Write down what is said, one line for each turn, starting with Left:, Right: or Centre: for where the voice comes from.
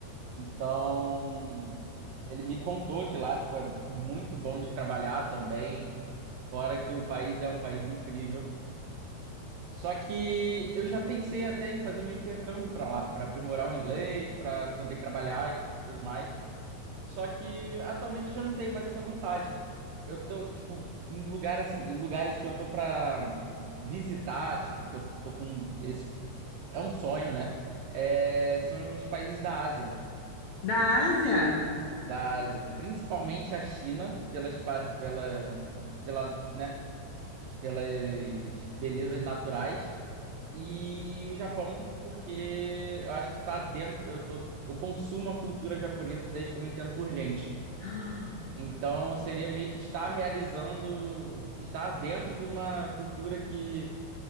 Right: Então, ele me contou que lá, tipo, é muito bom de trabalhar também, fora que o país é um país incrível. Só que eu já pensei até em fazer um intercâmbio para lá, para aprimorar o inglês, para poder trabalhar e tudo mais. Só que atualmente já não tenho mais essa vontade. Eu tô, tipo, em lugar assim, em lugares que eu tô para visitar, tipo, que eu tô com esse é um sonho, né? É, são os países da Ásia.
Left: Da Ásia?
Right: da Ásia, principalmente a China, pelas, pa- pela, pela, né, pelas belezas naturais, e o Japão, porque eu acho que tá dentro. Eu, eu, eu consumo a cultura japonesa desde que eu me entendo por gente.
Left: <gasps>
Right: Então seria meio que estar realizando, estar dentro de uma cultura que